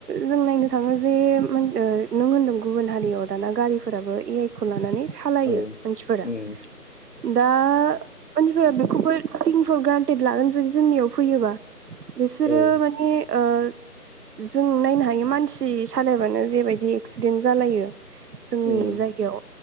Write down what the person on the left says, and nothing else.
औ
उम
औ
उम